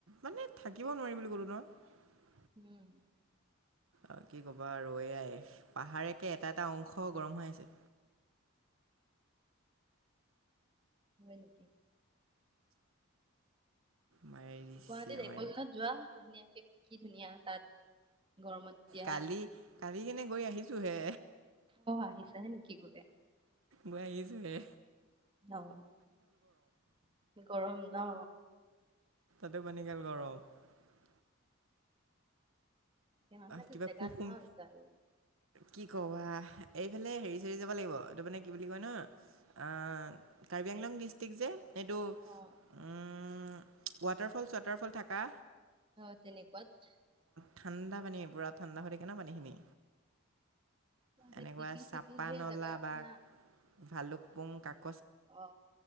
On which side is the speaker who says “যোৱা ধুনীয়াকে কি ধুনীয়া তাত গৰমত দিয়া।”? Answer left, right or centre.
Right